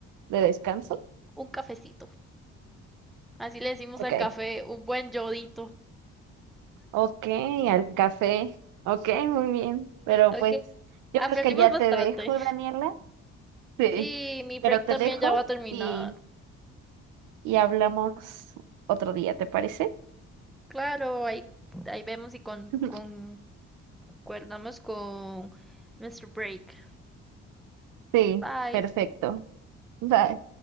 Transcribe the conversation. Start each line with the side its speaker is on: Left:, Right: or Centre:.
Right: de descanso.
Centre: un cafecito. Así le decimos
Right: Ok,
Centre: al café, un buen yodito.
Right: ok, al café. Ok, muy bien. Pero
Centre: Ok.
Right: pues yo
Centre: Aprendimos
Right: creo que ya
Centre: bastante.
Right: te dejo, Daniela. Sí.
Centre: Sí, mi break
Right: Pero te
Centre: también
Right: dejo
Centre: ya va a terminar.
Right: y, y hablamos otro día, ¿te parece?
Centre: Claro, ahí, ahí vemos y con,
Right: <laughs>
Centre: con- concordamos con nuestro break.
Right: Sí,
Centre: Bye.
Right: perfecto. Bye.